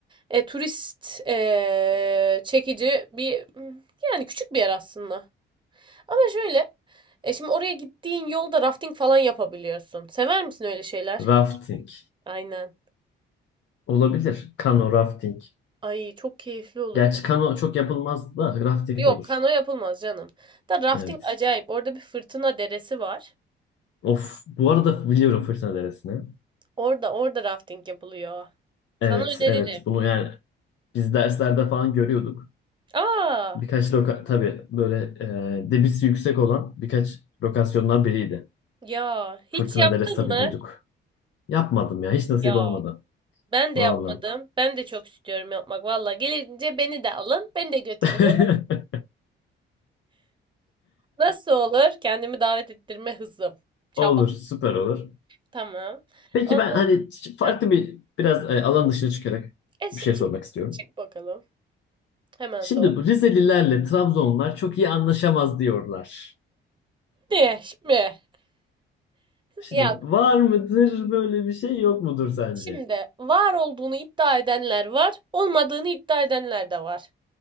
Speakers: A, on the right; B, on the left.
A: e, turist e, çekici bir yani küçük bir yer aslında. Ama şöyle e, şimdi oraya gittiğin yolda rafting falan yapabiliyorsun. Sever misin öyle şeyler?
B: Rafting.
A: Aynen.
B: Olabilir. Kano, rafting.
A: Ay çok keyifli olur
B: Gerçi
A: bu.
B: kano çok yapılmaz da rafting
A: Yok
B: olur.
A: kano yapılmaz canım. Da rafting
B: Evet.
A: acayip. Orada bir fırtına deresi var.
B: Of. Bu arada biliyorum Fırtına Deresi'ni.
A: Orada orada rafting yapılıyor. Sana
B: Evet,
A: öneririm.
B: evet. Bunu yani biz derslerde falan görüyorduk.
A: Aa
B: Birkaç loka tabii böyle e, debisi yüksek olan birkaç lokasyondan biriydi.
A: ya
B: Fırtına
A: hiç yaptın
B: Delestabi
A: mı?
B: duyduk. Yapmadım ya. Hiç nasip
A: Ya
B: olmadı.
A: ben de
B: Vallahi.
A: yapmadım. Ben de çok istiyorum yapmak. Valla gelince beni de alın. Beni de götürün.
B: <laughs>
A: Ama nasıl olur? Kendimi davet ettirme hızım. Çaba.
B: Olur. Süper olur.
A: Tamam.
B: Peki
A: O
B: ben
A: zaman
B: hani ç- farklı
A: heh.
B: bir biraz e, alan dışına çıkarak
A: E, s-
B: bir şey
A: çık,
B: sormak istiyorum.
A: çık bakalım. Hemen
B: Şimdi
A: sor.
B: bu Rizelilerle Trabzonlular çok iyi anlaşamaz diyorlar.
A: Ne şimdi?
B: Şimdi
A: Ya
B: var mıdır böyle bir şey yok mudur sence?
A: Şimdi var olduğunu iddia edenler var, olmadığını iddia edenler de var.